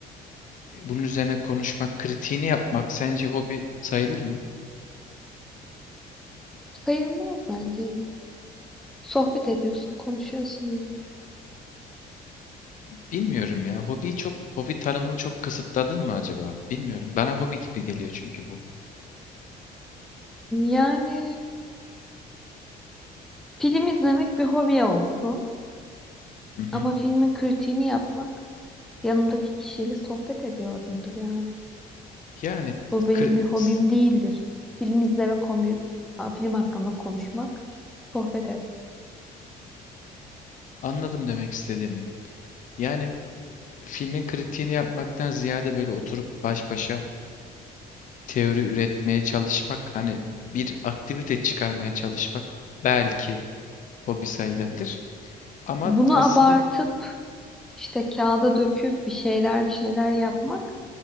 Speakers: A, on the left; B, in the centre.
A: bunun üzerine konuşmak, kritiğini yapmak sence hobi sayılır mı?
B: Sayılmaz bence. Sohbet ediyorsun, konuşuyorsun.
A: Bilmiyorum ya. Hobi çok hobi tanımını çok kısıtladın mı acaba? Bilmiyorum. Bana hobi gibi geliyor çünkü bu.
B: Yani film izlemek bir hobiye olsun.
A: Hı hı.
B: Ama filmin kritiğini yapmak yanımdaki kişiyle sohbet ediyorumdur yani.
A: Yani
B: Bu benim
A: kri-
B: bir hobim
A: s-
B: değildir. Film izlemek hobim, a, film hakkında konuşmak, sohbet etmek.
A: anladım demek istediğini. Yani filmin kritiğini yapmaktan ziyade böyle oturup baş başa teori üretmeye çalışmak, hani bir aktivite çıkarmaya çalışmak belki hobi sayılabilir. Ama
B: Bunu
A: aslında
B: abartıp işte kağıda döküp bir şeyler bir şeyler yapmak